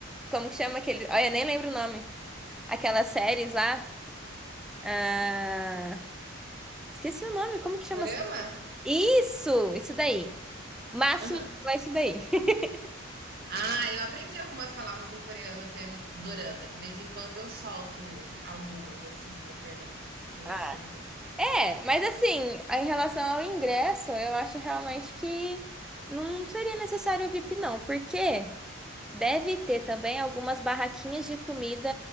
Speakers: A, in the centre; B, on the right.
A: Como que chama aquele. Olha, nem lembro o nome. Aquelas séries lá. Ah, esqueci o nome. Como que chama?
B: Dorama?
A: Isso! Isso daí. Máximo
B: Aham.
A: é isso daí. <laughs>
B: Ah, eu aprendi algumas palavras em coreano vendo dorama. De vez em quando eu solto algumas assim pro Fernando, que ele
A: Ah,
B: não entende.
A: É, mas assim, em relação ao ingresso, eu acho realmente que não seria necessário o VIP, não, porque deve ter também algumas barraquinhas de comida